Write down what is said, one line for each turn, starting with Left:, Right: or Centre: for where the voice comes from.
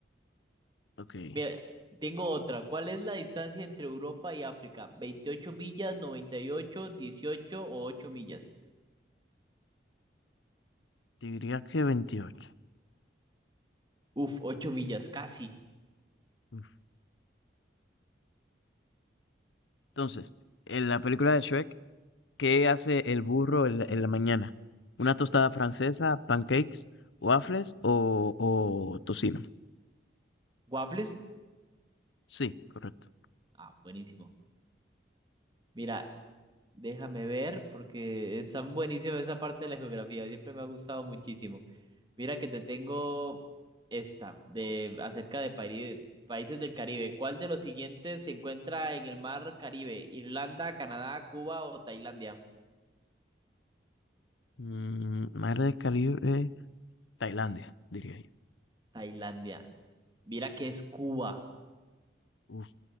Left: ok. Te
Right: Mira, tengo otra. ¿Cuál es la distancia entre Europa y África? 28 millas, 98, 18 o 8 millas?
Left: diría que 28.
Right: Uf, 8 millas, casi.
Left: Uf. Entonces, en la película de Shrek, ¿qué hace el burro en la, en la mañana? ¿Una tostada francesa, pancakes, waffles o, o tocino?
Right: ¿Waffles?
Left: Sí, correcto.
Right: Ah, buenísimo. Mira, Déjame ver, porque están buenísimas esa parte de la geografía, siempre me ha gustado muchísimo. Mira que te tengo esta, de acerca de Pari- países del Caribe. ¿Cuál de los siguientes se encuentra en el mar Caribe? ¿Irlanda, Canadá, Cuba o Tailandia?
Left: Mm, madre de calibre. Tailandia, diría yo.
Right: Tailandia. Mira que es Cuba.
Left: Uf.